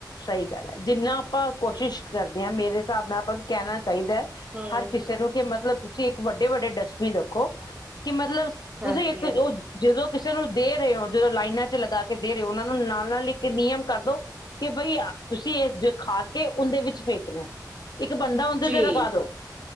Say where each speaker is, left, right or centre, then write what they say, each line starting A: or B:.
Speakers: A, on the left; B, on the right.
A: ਸਹੀ ਗੱਲ ਹੈ ਜਿੰਨਾ ਆਪਾਂ ਕੋਸ਼ਿਸ਼ ਕਰਦੇ ਹਾਂ ਮੇਰੇ ਹਿਸਾਬ ਨਾਲ ਆਪਾਂ ਨੂੰ ਕਹਿਣਾ ਚਾਹੀਦਾ
B: ਹਮ
A: ਹਰ ਕਿਸੇ ਨੂੰ ਕਿ ਮਤਲਬ ਤੁਸੀਂ ਇੱਕ ਵੱਡੇ ਵੱਡੇ ਡਸਟਬਿਨ ਰੱਖੋ ਕਿ ਮਤਲਬ
B: ਹਾਂਜੀ
A: ਤੁਸੀਂ ਇੱਕ ਉਹ ਜਦੋਂ ਕਿਸੇ ਨੂੰ ਦੇ ਰਹੇ ਹੋ ਜਦੋਂ ਲਾਈਨਾਂ 'ਚ ਲਗਾ ਕੇ ਦੇ ਰਹੇ ਹੋ ਉਹਨਾਂ ਨੂੰ ਨਾਲ- ਨਾਲ ਹੀ ਇੱਕ ਨਿਯਮ ਕਰ ਦੋ। ਕਿ ਬਈ ਤੁਸੀਂ ਇਹ ਜੋ ਖਾ ਕੇ ਉਹਦੇ ਵਿੱਚ ਫੇਕਣਾ। ਇੱਕ ਬੰਦਾ ਉਹਦੇ
B: ਜੀ
A: ਤੇ ਲਗਾ ਦੋ।